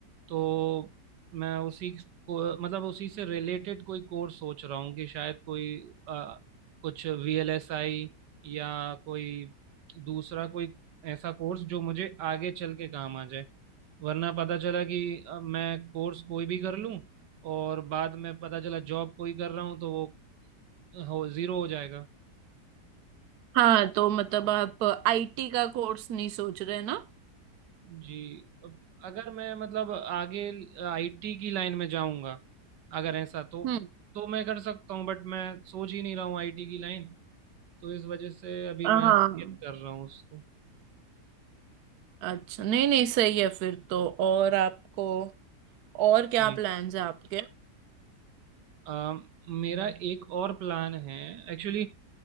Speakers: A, on the right (about 80°); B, on the right (about 70°).
A: तो मैं उसी को मतलब उसी से रिलेटेड कोई कोर्स सोच रहा हूँ कि शायद कोई अ, कुछ वीएलएसआई या कोई दूसरा कोई ऐसा कोर्स जो मुझे आगे चल के काम आ जाए वरना पता चला कि अ, मैं कोर्स कोई भी कर लूँ और बाद में पता चला जॉब कोई कर रहा हूँ तो वो हो जीरो हो जाएगा
B: हाँ तो मतलब आप आईटी का कोर्स नहीं सोच रहे ना
A: जी अब अगर मैं मतलब आगे आईटी की लाइन में जाऊंगा अगर ऐसा तो
B: हम्म
A: तो मैं कर सकता हूँ बट मैं सोच ही नहीं रहा हूँ आईटी की लाइन तो इस वजह से अभी
B: हाँ
A: मैं स्किप कर रहा हूँ उसको
B: अच्छा नहीं नहीं सही है फिर तो और आपको और क्या
A: जी
B: प्लान्स है आपके
A: अम, मेरा एक और प्लान है एक्चुअली